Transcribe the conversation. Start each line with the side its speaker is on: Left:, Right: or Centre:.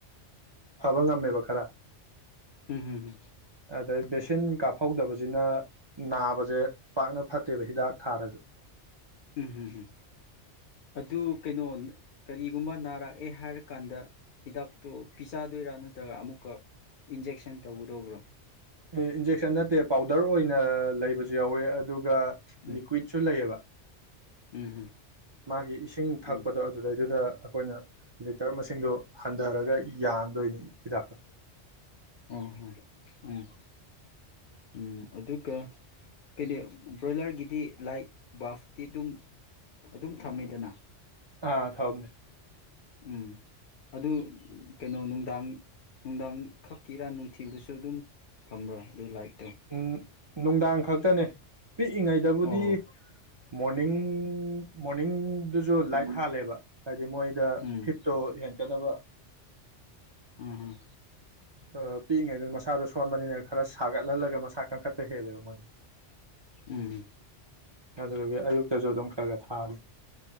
Right: ꯐꯕ ꯑꯥ ꯉꯝꯃꯦꯕ ꯈꯔ
Left: ꯎꯝ ꯍꯝ
Right: ꯑꯗꯩ ꯕꯦꯁꯤꯟ ꯀꯥꯞꯍꯧꯗꯕꯁꯤꯅ ꯅꯥꯕ ꯁꯦ ꯄꯥꯛꯅ ꯐꯠꯇꯦꯕ ꯍꯤꯗꯥꯛ ꯊꯥꯔꯁꯨ
Left: ꯎꯝ ꯍꯨꯝ ꯍꯨꯝ ꯑꯗꯨ ꯀꯩꯅꯣ ꯀꯔꯤꯒꯨꯝꯕ ꯅꯥꯔꯛꯑꯦ ꯍꯥꯏꯔꯀꯥꯟꯗ ꯍꯤꯗꯥꯛꯇꯣ ꯄꯤꯖꯥꯗꯣꯏꯔꯥ ꯅꯠꯇ꯭ꯔꯒ ꯑꯃꯨꯛꯀ ꯏꯟꯖꯦꯛꯁꯟ ꯇꯧꯒꯗꯧꯕ꯭ꯔꯣ
Right: ꯑ ꯏꯟꯖꯦꯛ ꯁꯟ ꯅꯠꯇꯦ ꯄꯥꯎꯗꯔ ꯑꯣꯏꯅ ꯂꯩꯕꯁꯨ ꯌꯥꯎꯋꯦ ꯑꯗꯨꯒ
Left: ꯎꯝ
Right: ꯂꯤꯀ꯭ꯋꯤꯠꯁꯨ ꯂꯩꯌꯦꯕ
Left: ꯎꯝ
Right: ꯃꯥꯒꯤ ꯏꯁꯤꯡ ꯊꯛꯄꯗꯣ
Left: ꯎꯝ
Right: ꯑꯗꯨꯗꯩꯗꯨꯗ ꯑꯩꯈꯣꯏꯅ ꯂꯤꯇꯔ ꯃꯁꯤꯡꯗꯣ ꯍꯟꯊꯔꯒ ꯌꯥꯟꯗꯣꯏꯅꯤ ꯍꯤꯗꯥꯛꯇꯣ
Left: ꯑꯣ ꯍꯣ ꯎꯝ ꯎꯝ ꯑꯗꯨꯒ ꯀ ꯕ꯭ꯔꯣꯏꯂꯔꯒꯤꯗꯤ ꯂꯥꯏꯠ ꯕꯥꯐꯇꯤ ꯑꯗꯨꯝ ꯑꯗꯨꯝ ꯊꯝꯃꯤꯗꯅ
Right: ꯑ ꯊꯝꯃꯦ
Left: ꯎꯝ ꯑꯗꯨ ꯀꯩꯅꯣ ꯅꯨꯡꯗꯥꯡ ꯅꯨꯡꯗꯥꯡ ꯈꯛꯀꯤꯔꯥ ꯅꯨꯡꯊꯤꯜꯗꯁꯨ ꯑꯗꯨꯝ ꯊꯝꯕ꯭ꯔꯥ ꯑꯗꯨ ꯂꯥꯏꯛ
Right: ꯑꯝ ꯅꯨꯡꯗꯥꯡ ꯈꯛꯇꯅꯦ ꯄꯤꯛꯏꯉꯩꯗꯕꯨꯗꯤ
Left: ꯑꯣ
Right: ꯃꯣꯔꯅꯤꯡ ꯎꯝ ꯃꯣꯔꯅꯤꯡꯗꯨꯁꯨ ꯂꯥꯏꯠ ꯊꯥꯜꯂꯦꯕ ꯍꯥꯏꯗꯤ ꯃꯣꯏꯗ
Left: ꯎꯝ
Right: ꯍꯤꯠꯇꯣ ꯀꯠꯅꯕ
Left: ꯑꯝ ꯍꯝ
Right: ꯑ ꯄꯤꯛ ꯏꯉꯩꯗ ꯃꯁꯥꯗꯣ ꯁꯣꯟꯕꯅꯤꯅ ꯈꯔ ꯁꯥꯒꯠꯍꯜꯂꯒ ꯃꯁꯥ ꯀꯟꯈꯠꯄ ꯍꯦꯜꯂꯦꯕ ꯃꯣꯏ
Left: ꯎꯝ
Right: ꯑꯗꯨꯗꯨꯒꯤ ꯑꯌꯨꯛꯇꯁꯨ ꯑꯗꯨꯝ ꯈꯔ ꯈꯔ ꯊꯥꯜꯂꯤ